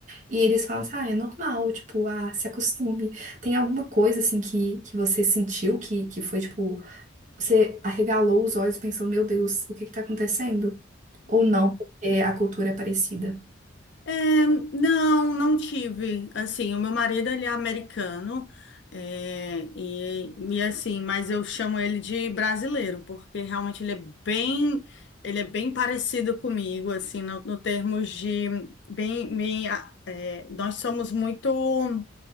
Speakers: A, on the right; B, on the left.
A: E eles falam assim: ah, é normal, tipo, ah, se acostume. Tem alguma coisa, assim, que, que você sentiu que, que foi, tipo, você arregalou os olhos e pensou: meu Deus, o que que tá acontecendo? Ou não, porque a cultura é parecida.
B: É, não, não tive. Assim, o meu marido, ele é americano, é, e, e assim, mas eu chamo ele de brasileiro, porque realmente ele é bem, ele é bem parecido comigo, assim, no, no termos de, bem, bem, ah, é, nós somos muito